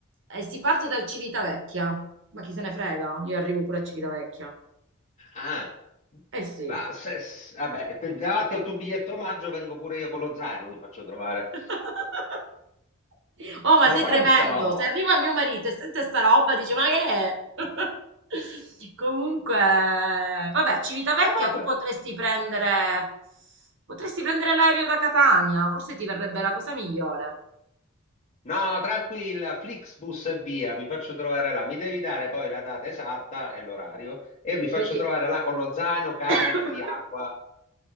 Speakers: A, on the right; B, on the left.
A: eh, si parte da Civitavecchia, ma chi se ne frega? Io arrivo pure a Civitavecchia.
B: Ah,
A: Eh sì.
B: ma se- s- vabbè, per- davanti al tuo biglietto omaggio vengo pure io con lo zaino, mi faccio trovare.
A: <laughs> Oh, ma
B: Sono
A: sei
B: pronto!
A: tremendo! Se arriva mio marito e sente sta roba, dice: Ma che è? <laughs> Comunque, vabbè, Civitavecchia,
B: E vabbè.
A: tu potresti prendere. Potresti prendere l'aereo da Catania, forse ti verrebbe la cosa migliore.
B: No, tranquilla, Flixbus e via, mi faccio trovare là. Mi devi dare poi la data esatta e l'orario e mi faccio
A: Poi ti.
B: trovare là con lo zaino carico
A: <coughs>
B: di acqua.